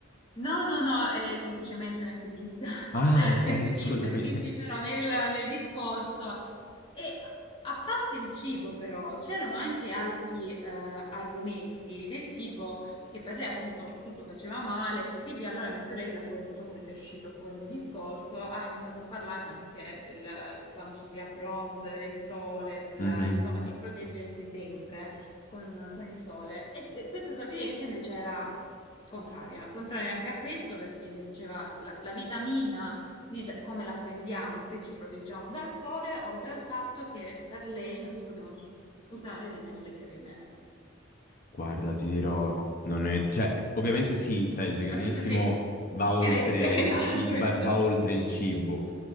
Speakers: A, on the left; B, on the left.
A: No, no, no, è semplicemente un estetista. <laughs>
B: Ah, ok,
A: Un estetista,
B: <laughs> scusami.
A: sì, sì, però nel, nel discorso. E a parte il cibo, però, c'erano anche altri eh, argomenti del tipo che per lei appunto tutto faceva male e così via. Allora mia sorella, poi non so come sia uscito fuori il discorso, ha iniziato a parlare anche del- di quando ci si abbronza, del sole, della-
B: Mhm.
A: insomma, di proteggersi sempre con, con il sole. E e questa sua cliente invece era contraria, contraria anche a questo perché le diceva la, la vitamina D da- come la prendiamo se ci proteggiamo dal sole, oltre al fatto che per lei non si potevano us- usare nemmeno le creme.
B: Guarda, ti dirò, non è... cioè, ovviamente sì, cioè, il veganesimo
A: Non so se si-
B: va oltre
A: era estrema
B: il
A: <laughs>
B: ci-
A: questo.
B: va- va oltre il cibo.